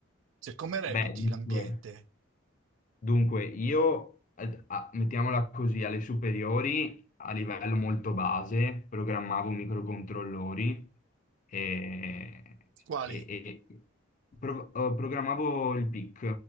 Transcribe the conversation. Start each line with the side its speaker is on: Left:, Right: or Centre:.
Right: Cioè, come reputi
Left: Beh, dunque.
Right: l'ambiente?
Left: Dunque, io, eh, a- mettiamola così, alle superiori, a livello molto base, programmavo microcontrollori e,
Right: Quali?
Left: e- e- pro- eh, programmavo il PIC,